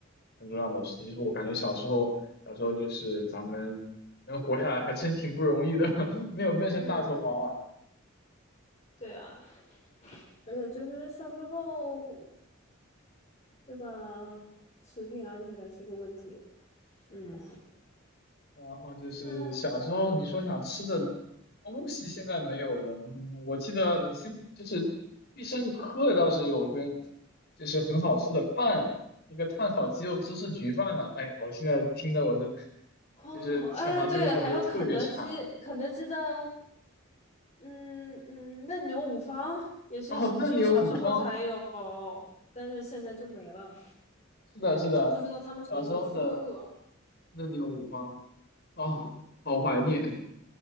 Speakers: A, on the left; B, on the left.
A: 很重要的事情。就是我感觉小时候，小时候就是咱们能活下来，还真挺不容易的，<laughs> 没有变成大头娃娃。
B: 嗯，对啊，而且就是小时候。对吧？食品安全是一个问题。嗯，
A: 然后就是小时候你说想吃的
B: 那
A: 东西，现在没有了。嗯，我记得你先就是必胜客倒是有一根，就是很好吃的饭，一个炭烤鸡肉芝士焗饭呢、哎呀我现在听的我就
B: 哦，
A: 就是想到这个我就特别馋。
B: 哎，对，还有肯德基，肯德基的，嗯嗯，嫩牛五方也是只有小时候才有，
A: 然哦，嫩牛五方，
B: 但是现在就没了，
A: 是的，是的，
B: 不知道他们什么时候复刻。
A: 小时候的嫩牛五方，啊，好怀念。<laughs>